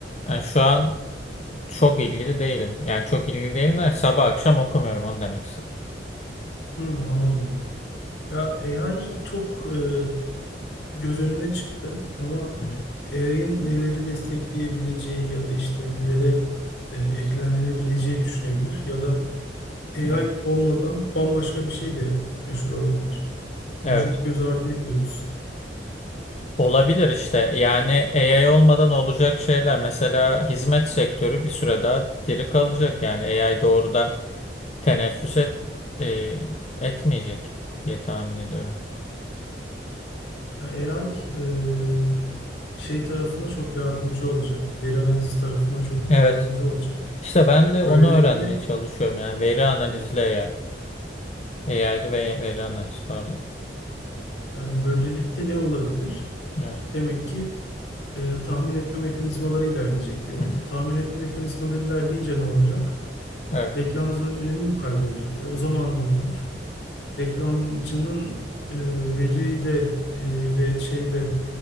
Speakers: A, on the left; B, on the left.
A: yani şu an Çok ilgili değilim. Yani çok ilgili değilim der. Sabah akşam okumuyorum onu demek istedim.
B: Hı, anladım. Ya AI çok e, göz önüne çıktı ama
A: Hı hı.
B: AI'ın neleri destekleyebileceği ya da işte nelere e, eklemlenebileceği düşünebilir ya da AI
A: Evet.
B: olmadan bambaşka bir şey de
A: Hı hı.
B: meşhur olabilir. Bunu
A: Evet.
B: çok göz ardı ediyoruz.
A: Olabilir işte. Yani AI olmadan olacak şeyler. Mesela hizmet sektörü bir süre daha diri kalacak. Yani AI doğrudan teneffüs et, e, etmeyecek diye tahmin ediyorum.
B: Ya AI e, şey tarafına çok yardımcı olacak. Veri analizi tarafına çok
A: Evet.
B: yardımcı olacak.
A: İşte ben de onu
B: Böylelikle
A: öğrenmeye çalışıyorum. Yani veri analizli AI. AI'lı ve veri analiz pardon.
B: Yani böylelikle ne olabilir?
A: Evet.
B: Demek ki e, tahmin etme mekanizmaları ilerleyecek demek.
A: Hı hı.
B: Tahmin etme mekanizmaları ilerleyince ne olacak?
A: Evet.
B: Reklamcıların önemi mi kaybolacak? E, o zaman ne olur? Reklamcının e, veriyle e, ve şeyle